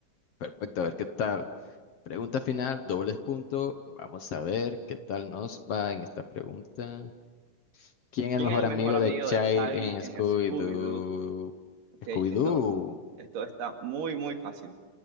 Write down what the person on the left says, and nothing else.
Perfecto, a ver qué tal. Pregunta final, dobles puntos. Vamos a ver qué tal nos va en esta pregunta. ¿Quién es
el mejor
amigo
de Chai
en
Scooby-Doo?
Scooby-Doo.